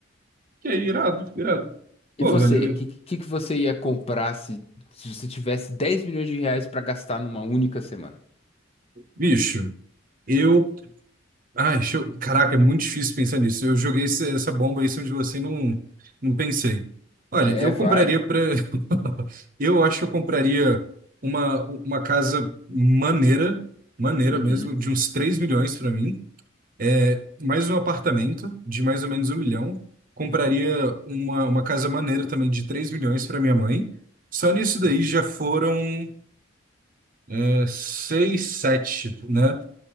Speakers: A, on the right (about 45°); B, on the left (about 30°).
A: Que é irado, irado. Pô,
B: E você,
A: velho,
B: o
A: eu-
B: que, que, que você ia comprar se, se você tivesse 10 milhões de reais pra gastar numa única semana?
A: bicho, eu Ai, show. Caraca, é muito difícil pensar nisso. Eu joguei esse- essa bomba aí em cima de você e não, não pensei. Olha,
B: É,
A: eu
B: vai.
A: compraria para. <laughs> Eu acho que eu compraria uma, uma casa maneira, maneira
B: Uhum,
A: mesmo, de uns 3 milhões para mim. É, mais um apartamento de mais ou menos um milhão. Compraria uma, uma casa maneira também de 3 milhões para minha mãe. Só nisso daí
B: uhum.
A: já foram é, 6, 7, né?